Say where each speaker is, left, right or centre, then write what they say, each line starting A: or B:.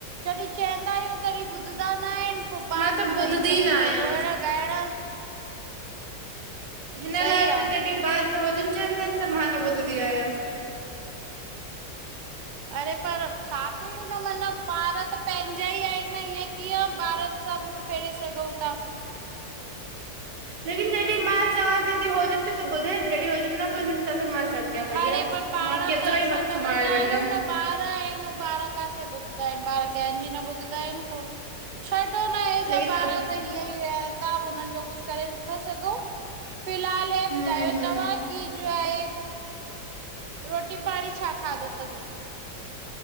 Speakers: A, on the right; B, on the right.
A: जॾहिं चवंदा आहियूं तॾहिं ॿुधंदा न आहिन पो बाद
B: मां त
A: में
B: ॿुधंदी
A: वेही करे
B: न आहियां
A: पो रोइण ॻाइण।
B: हिन
A: सही
B: लाइ
A: आ।
B: त जॾहिं ॿार न हुजणु चाहंदा आहिन त मां न ॿुधंदी आहियां।
A: अरे पर छा पई वदो माना ॿार त पंहिंजा ई आहिन न हअं कीअं ॿारत। मूं फेरेस संगव था।
B: लेकिन जॾहिं मां चवां थी थी होजन बि त ॿुध जॾहिं होजन नॿुनि त मां छा भईया
A: अरे पर पाण
B: मां केतिरो
A: त असां
B: ई मथो
A: त वॾा
B: मारे वठदमि।
A: आहियूं न ॿार आहिनि ॿारह काथे ॿुधंदा आहिन ॿार कंहिंजी न ॿुधंदा आहिन पो। छॾो न ह सब
B: लेकिन
A: ॿार
B: अब
A: त हीअं ई रहनिंदा उननि जो कुछ करे नथा सघूं। फ़िलहाल इ
B: हम्म
A: ॿुधायो तव्हां की जो आए। रोटी पाणी छा खाधो थस।